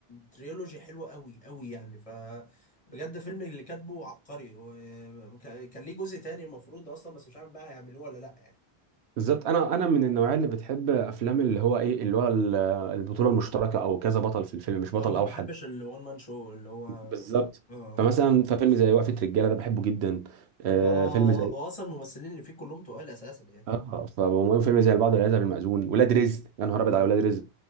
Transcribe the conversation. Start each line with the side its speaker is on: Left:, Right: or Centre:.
Left: تريلوجي حلوه قوي قوي يعني ف بجد فيلم اللي كاتبه عبقري وكان كان ليه جزء تاني المفروض اصلا بس مش عارف بقى هيعملوه ولا لا يعني
Right: بالظبط انا انا من النوعيه اللي بتحب افلام اللي هو ايه اللي هو ال- البطوله المشتركه او كذا بطل في الفيلم مش بطل
Left: اه ما
Right: اوحد
Left: بحبش الوان مان شو اللي هو اه
Right: بالظبط
Left: اه
Right: فمثلا ففيلم زي وقفه رجاله ده بحبه جدا آه
Left: آه،
Right: فيلم زي
Left: هو اصلا الممثلين اللي فيه كلهم تقال اساسا يعني
Right: اه فبقوم- فيلم زي البعض لا يذهب المأذون ولاد رزق يا نهار ابيض
Left: اه
Right: على ولاد رزق